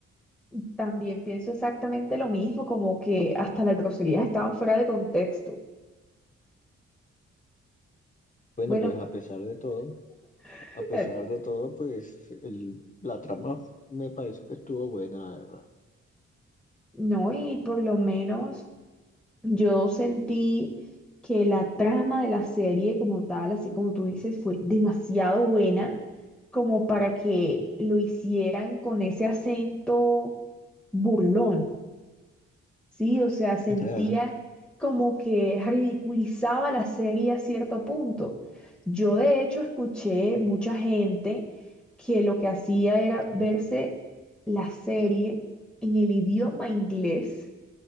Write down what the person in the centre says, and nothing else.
<laughs> También pienso exactamente lo mismo, como que hasta las groserías estaban fuera de contexto.
Bueno,
<laughs>
no, y por lo menos yo sentí que la trama de la serie como tal, así como tú dices, fue demasiado buena como para que lo hicieran con ese acento burlón. Sí, o sea, sentía
como que ridiculizaba la serie a cierto punto. Yo de hecho escuché mucha gente que lo que hacía era verse la serie en el idioma inglés